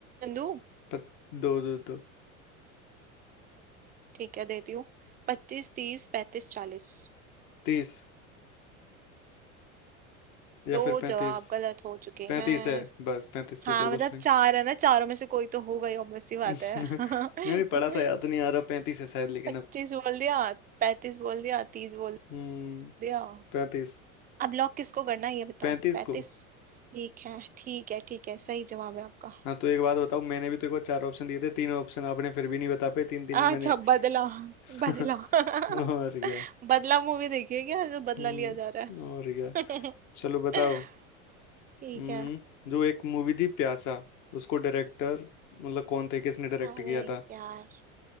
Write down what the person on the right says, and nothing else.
दो
ठीक है देती हूँ पच्चीस तीस पैंतीस चालीस
दो
जवाब गलत हो चुके
हैं
हाँ
मतलब
चार है ना चारों में से कोई तो होगा ही obvious
सी बात
है <laughs>
पच्चीस
बोल दिया पैंतीस बोल दिया तीस बोल
दिया
अब लॉक किसको करना है ये बताओ
पैंतीस
ठीक है ठीक है ठीक है सही जवाब है आपका
अच्छा
बदला
बदला <laughs>
बदला मूवी देखिए क्या जो बदला
लिया जा रहा
है <laughs>
ठीक
है
अरे
यार